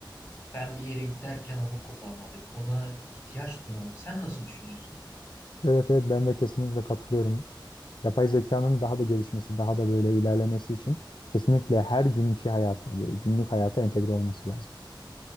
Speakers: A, on the left; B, on the left.
A: Ben bir yere giderken onu kullanmalıyım. Ona ihtiyaç duymam. Sen nasıl düşünüyorsun?
B: Evet evet ben de kesinlikle katılıyorum. Yapay zekanın daha da gelişmesi, daha da böyle ilerlemesi için kesinlikle her günkü hayata, böyle günlük hayata entegre olması lazım.